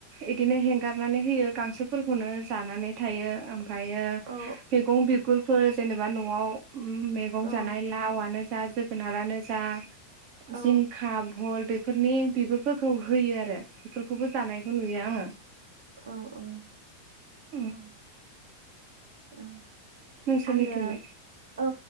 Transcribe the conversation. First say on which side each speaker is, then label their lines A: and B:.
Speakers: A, on the right; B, on the right.
A: बिदिनो हेंगारनानै होयो गांसोफोरखौनो जानानै थायो ओ फायो
B: औ
A: मैगं बिगुरफोर जेनेबा न'आव मैगं
B: औ
A: जानाय लावनो जा जोगोनारानो जा
B: औ
A: जिंखा भल बे फोरनि बिगुरफोरखौ होयो आरो बेफोरखौबो जानायखौ नुयो आङो
B: औ औ
A: उम
B: औ औ
A: नोंसोरनिथिंलाय
B: आङो औ